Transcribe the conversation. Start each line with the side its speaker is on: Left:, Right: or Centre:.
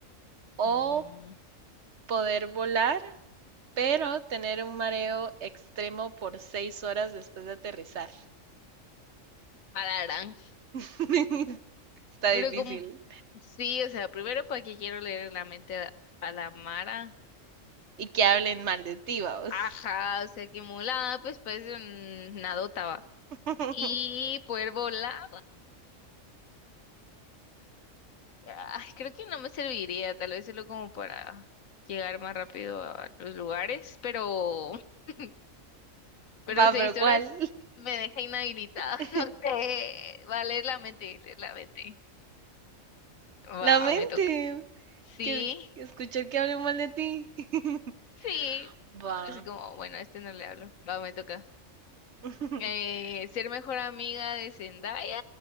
Right: ¿O
Left: Mm,
Right: poder volar, pero tener un mareo extremo por seis horas después de aterrizar?
Left: pararán.
Right: <laughs> Está
Left: Pero
Right: difícil.
Left: como, sí, o sea, primero porque quiero leer la mente a, a la Mara.
Right: y que hablen mal de ti, vamos.
Left: Ajá, o sea, que mulada, pues parece un- una dota, va.
Right: <laughs>
Left: Y poder volar. Ay, creo que no me serviría, tal vez solo como para llegar más rápido a los lugares, pero, <laughs> pero
Right: Va,
Left: seis
Right: pero
Left: horas
Right: ¿cuál?
Left: me deja inhabilitada, <laughs>
Right: <laughs>
Left: no sé, va a leer la mente, leer la mente. Va,
Right: La mente,
Left: me toca. Sí,
Right: que escuchar que hablen mal de ti. <laughs>
Left: sí,
Right: Va.
Left: así como, bueno, a este no le hablo, va, me toca.
Right: <laughs>
Left: Eh, ser mejor amiga de Zendaya,